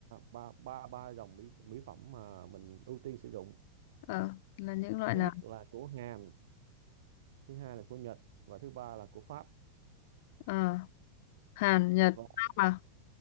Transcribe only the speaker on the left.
ờ, là những loại
nào
ờ Hàn Nhật
Pháp à